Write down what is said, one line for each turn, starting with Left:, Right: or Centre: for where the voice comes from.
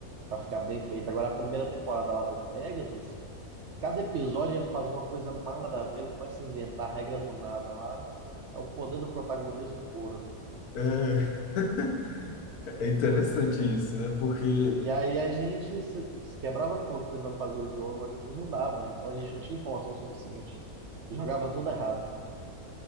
Right: Pra ficar bem feito. Agora, a primeira temporada lá do Pegasus, cada episódio ele faz uma coisa mais nada a ver, ele começa a inventar regra do nada lá. É o poder do protagonismo puro.
Left: é, <laughs> é interessante isso, né? Porque,
Right: E aí a gente se, se quebrava todo tentando fazer o jogo aqui e não dava. Então a gente não tinha informação suficiente. Jogava tudo errado.